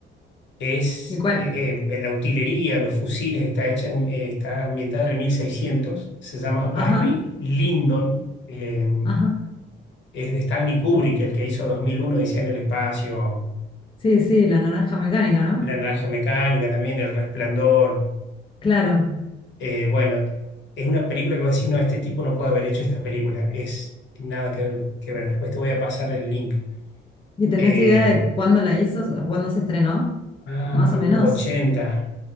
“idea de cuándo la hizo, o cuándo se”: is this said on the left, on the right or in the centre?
Left